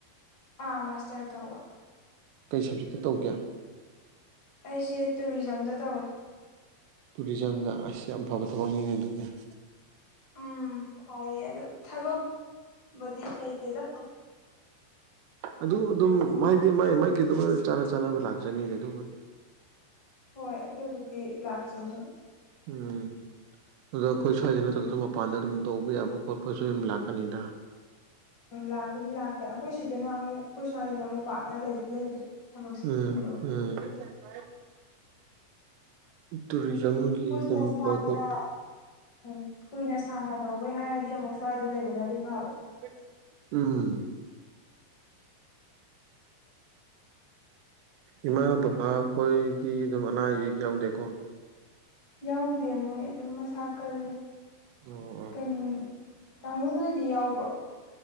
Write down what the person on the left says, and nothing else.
ꯑꯥ ꯃꯥꯁꯇꯔ ꯇꯧꯕ
ꯑꯩꯁꯦ ꯇꯨꯔꯤꯖꯝꯗ ꯇꯧꯋꯦ
ꯎꯝ ꯐꯌꯦ ꯑꯗꯣ ꯊꯕꯛ ꯕꯨꯗꯤ ꯂꯩꯇꯦꯗ <unintelligible>
ꯍꯣꯏ ꯑꯗꯨꯕꯨꯗꯤ ꯂꯥꯛꯆꯅꯤ
ꯎꯝ ꯂꯥꯛꯄꯗꯤ ꯂꯥꯛꯈꯔꯦ ꯑꯩꯈꯣꯏ ꯁꯤꯗꯅ ꯑꯃꯨꯛ ꯑꯩꯈꯣꯏ ꯁ꯭ꯋꯥꯏꯗꯅ ꯑꯃꯨꯛ ꯄꯥꯛꯅ ꯂꯩꯗꯤ ꯂꯩꯇꯦ ꯊꯕꯛꯁꯦ
ꯁꯨꯝꯕꯒꯤ
<inaudible>
ꯈꯪꯗꯦ ꯀꯨꯏꯅ ꯁꯥꯡꯅ
ꯎꯝ ꯀꯨꯏꯅ ꯁꯥꯡꯅ ꯇꯧꯕꯩ ꯍꯥꯏꯔꯗꯤ ꯑꯃꯨꯛ ꯁ꯭ꯋꯥꯏꯗ ꯂꯩꯕꯅꯗꯤ ꯐꯕ
ꯌꯥꯎꯗꯦ ꯃꯣꯏ ꯑꯗꯨꯝ ꯃꯁꯥ ꯀꯜꯂꯤ
<unintelligible> ꯇꯥꯃꯣ ꯅꯣꯏꯗꯤ ꯌꯥꯎꯕ꯭ꯔꯣ